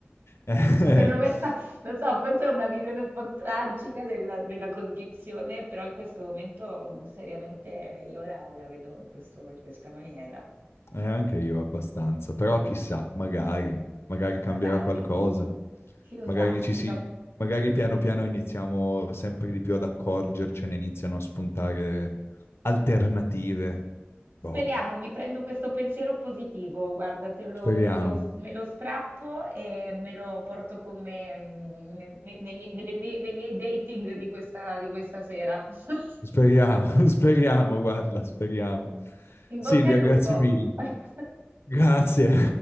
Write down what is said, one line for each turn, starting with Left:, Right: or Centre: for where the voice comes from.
Left: <laughs>
Right: Cioè, perlomeno, <laughs> lo so, forse è una visione un po' tragica della, della condizione, però in questo momento mh, seriamente io la, la vedo in questo- in questa maniera.
Left: Eh, anche io abbastanza, però chissà, magari, magari cambierà
Right: Magari,
Left: qualcosa,
Right: chi lo
Left: magari
Right: sa,
Left: ci
Right: ci
Left: si,
Right: fanno.
Left: magari
Right: <laughs>
Left: piano piano iniziamo sempre di più ad accorgercene, iniziano a spuntare alternative.
Right: Speriamo,
Left: Boh,
Right: mi prendo questo pensiero positivo, guarda, te lo-
Left: speriamo,
Right: me lo, me lo strappo e me lo porto con me mm, ne- ne- nei, mie- nelle mie- nei miei dating di questa, di questa sera. <laughs>
Left: speriamo, <laughs> speriamo, guarda, speriamo.
Right: In
Left: Silvia,
Right: bocca al lupo.
Left: grazie mille.
Right: <laughs>
Left: Grazie,